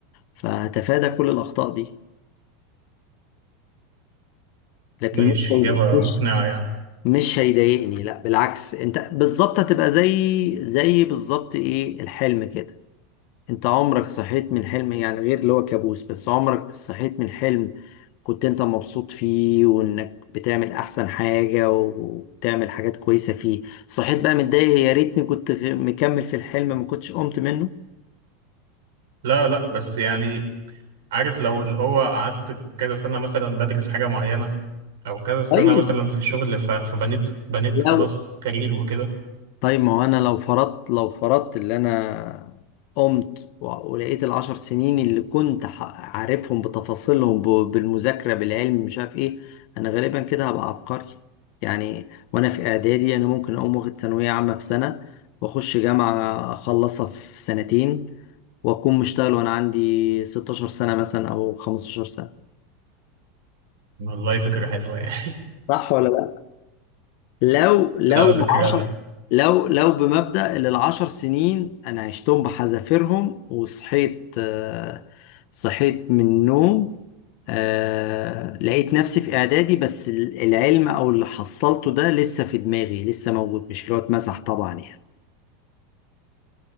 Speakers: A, on the left; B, on the right.
A: فهتفادى كل الاخطاء دي لكن
B: مش
A: مش
B: اجابة
A: مش
B: مقنعة يعني
A: مش هيضايقني لا بالعكس انت بالظبط هتبقى زي زي بالظبط ايه الحلم كده انت عمرك صحيت من حلم يعني غير اللي هو كابوس بس عمرك صحيت من حلم كنت انت مبسوط فيه وانك بتعمل احسن حاجة وبتعمل حاجات كويسة فيه صحيت بقى متضايق يا ريتني كنت غ- مكمل في الحلم ما كنتش قمت منه
B: لا لا بس يعني عارف لو اللي هو قعدت كذا سنة مثلا بدرس حاجة معينة او كذا سنة
A: طيب
B: مثلا في شغل ف- فبنيت بنيت خلاص
A: لو
B: كارير وكده
A: طيب ما هو انا لو فرضت لو فرضت اللي انا قمت و- ولقيت العشر سنين اللي كنت ح- عارفهم بتفاصيلهم ب- بالمذاكرة بالعلم مش عارف ايه انا غالبا كده هبقى عبقري يعني وانا في اعدادي انا ممكن اقوم واخد ثانوية عامة في سنة واخش جامعة اخلصها في سنتين واكون مشتغل وانا عندي 16 سنة مثلا او 15 سنة
B: والله فكرة حلوة يعني
A: صح ولا لو لو
B: <laughs> لا فكرة
A: العشر لو لو بمبدأ اللي العشر سنين أنا عشتهم بحذافيرهم وصحيت آه، صحيت من النوم آه، لقيت نفسي في إعدادي بس ال- العلم أو اللي حصلته ده لسه في دماغي لسه موجود مش اللي هو اتمسح طبعا يعني